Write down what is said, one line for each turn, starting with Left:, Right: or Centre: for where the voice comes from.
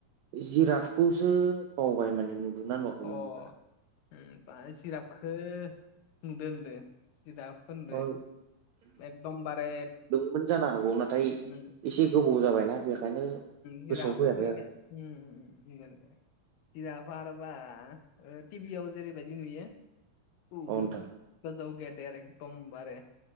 Right: जिराफखौसो बावबाय माने नुदोंना नुवाखैमोन
Left: अ
Right: बा।
Left: उम बा जिरपखो नुदो नुदों, जिराफ खोनुदो
Right: औ
Left: एकदमबारे
Right: मोन जानो हागौ नाथाय
Left: उम
Right: एसे गोबाव जाबायना बेखायनो
Left: जिराफखो
Right: गोसोआव फैयाखै आरो।
Left: उम उम उम उम जिराफा आरो बा टिभियाव जेरैबायदि नुयो बुहुद
Right: औ नोंथां
Left: गोजौ गेदेर एदम बारे